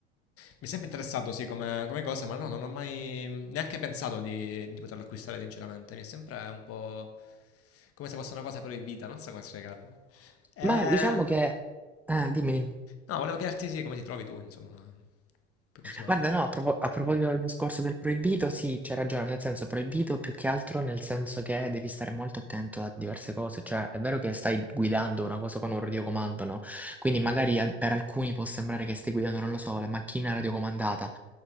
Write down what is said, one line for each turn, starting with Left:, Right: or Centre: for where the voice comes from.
Left: è sempre interessato, sì, come, come cosa, ma no, non ho mai neanche pensato di, di poterlo acquistare, sinceramente. Mi è sempre un po' come se fosse una cosa proibita, non so come spiegarlo. Eh,
Centre: Ma diciamo che... Ah, dimmi, dimmi.
Left: no, volevo chiederti, sì, come ti trovi tu, insomma, ma puoi continuare.
Centre: Guarda, no, a, propo- a proposito del discorso del proibito, sì, c'è ragione, nel senso proibito più che altro nel senso che devi stare molto attento a diverse cose, cioè è vero che stai guidando una cosa con un radiocomando, no? Quindi magari a- per alcuni può sembrare che stai guidando, non lo so, la macchina radiocomandata,